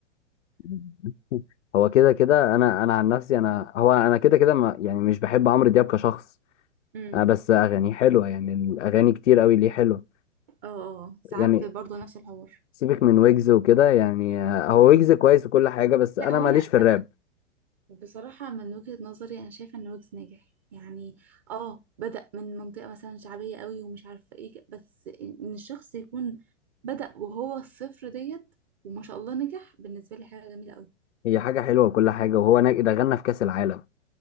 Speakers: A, on the left; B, on the right.
A: <laughs> هو كده كده انا انا عن نفسي انا هو انا كده كده ما يعني مش بحب عمرو دياب كشخص
B: امم
A: آه بس اغاني حلوه يعني الاغاني كتير قوي ليه حلوه
B: اه آه، ساعات
A: يعني
B: برضه نفس الحوار
A: سيبك من ويجز وكده يعني آه، هو ويجز كويس وكل حاجه بس
B: لا
A: انا
B: هو
A: ماليش
B: انا انا
A: في الراب
B: بصراحة من وجهة نظري أنا شايفة إن ويجز ناجح يعني اه بدأ من منطقة مثلا شعبية قوي ومش عارفة ايه بس إن الشخص يكون بدأ وهو الصفر ديت وما شاء الله نجح بالنسبة لي حاجة جميلة قوي
A: هي حاجه حلوه وكل حاجه وهو نج- ده غنى في كاس العالم